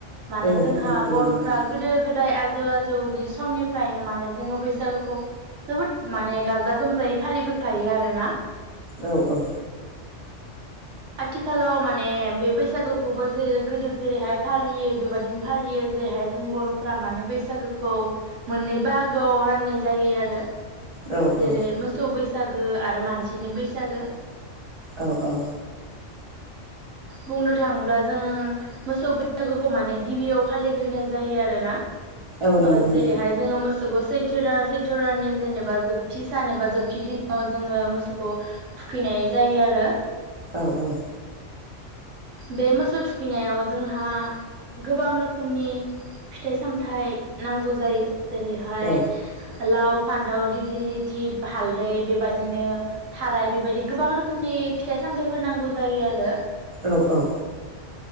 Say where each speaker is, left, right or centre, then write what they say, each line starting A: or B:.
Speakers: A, on the right; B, on the right.
A: माने
B: औ
A: जोंहा
B: मिथियो
A: बर'
B: नोंथां
A: फ्रा गोदो गोदाय आ जै आजौनि समनिफ्रायनो माने जोङो बैसागुखौ जोबोद माने गाजा गोमजायै फालिबो थायो आरो ना?
B: औ औ।
A: आथिखालाव माने बे बैसागुखौबो जे गोदो जेरैहाय फालियो बेबदिनो फालियो जेरैहाय जों बर'फोरा माने बैसागुखौ मोननै बाहागोआव राननाय जायो आरो।
B: औ
A: जेरै
B: औ
A: मोसौ बै बैसागो आरो मानसिनि बैसागो।
B: औ औ
A: बुंनो थाङोब्ला जों मोसौ बैसागोखौ माने गिबियाव फालिग्रोनाय जायो आरोना।
B: औ नंगौ
A: ओ
B: नोंथां
A: जेरैहाय जोङो मोसौखौ सैथ थो दा सैथ दाननि जेनेबा जोबथि सान एबा जोबथि दिन जोङो मोसौखौ थुखैनाय जायो आरो।
B: औ औ।
A: बे मोसौ थुखैनायाव जोंहा गोबां रोखोमनि फिथाइ सामथाइ नांगौ जायो। जेरैहाय
B: औ
A: लाव फान्थाव दिग्लिलिति हालदै बेबादिनो थाराय बेबायदि गोबां रोखोमनि फिथाइ सामथाइफोर नांगौ जायो आरो।
B: औ औ